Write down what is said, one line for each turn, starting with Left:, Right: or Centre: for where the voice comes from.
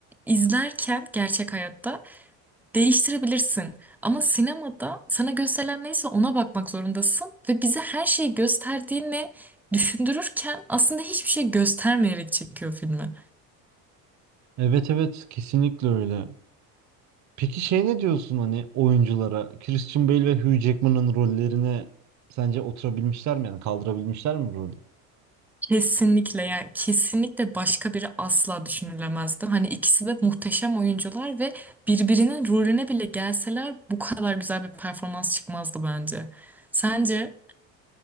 Centre: izlerken gerçek hayatta değiştirebilirsin. Ama sinemada sana gösterilen neyse ona bakmak zorundasın ve bize her şeyi gösterdiğini düşündürürken aslında hiçbir şey göstermeyerek çekiyor filmi.
Right: evet evet kesinlikle öyle. Peki şey ne diyorsun hani oyunculara? Christian Bale ve Hugh Jackman'ın rollerine sence oturabilmişler mi? Yani kaldırabilmişler mi rolü?
Centre: Kesinlikle yani kesinlikle başka biri asla düşünülemezdi. Hani ikisi de muhteşem oyuncular ve birbirinin rolüne bile gelseler bu kadar güzel bir performans çıkmazdı bence. Sence?